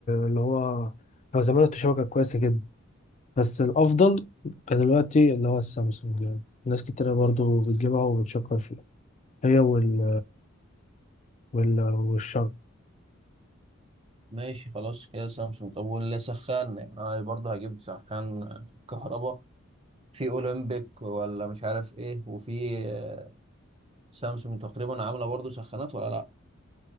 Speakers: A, on the left; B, on the right.
A: اللي هو لو زمان التوشيبا كانت كويسة جدا بس الأفضل كان دلوقتي اللي هو السامسونج يعني ناس كتيرة برضو بتجيبها وبتشكر فيها هي وال وال والشرق
B: ماشي خلاص كده سامسونج طب واللي سخان يعني انا برضه هجيب سخان آه، كهربا في اولمبيك ولا مش عارف ايه وفي آه، سامسونج تقريبا عامله برضه سخانات ولا لا